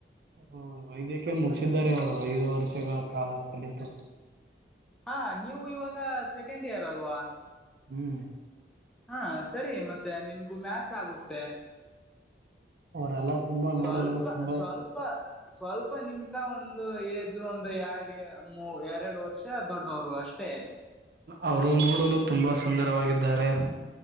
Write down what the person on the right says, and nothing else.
ಹ್ಮ್ ವೈದ್ಯಕಿಯಾ ಮುಗಸಿದ್ದಾರೆ ಅವರು ಐದು ವರ್ಷಗಳ ಕಾಲ ಮುಗೀತು.
ಹ್ಮ್
ಅವರೆಲ್ಲ ತುಂಬಾ
ನೋಡಲ್ಲ ತುಂಬಾ.
ಅವರು ನೋಡಲು ತುಂಬಾ ಸುಂದರವಾಗಿದ್ದಾರೆ.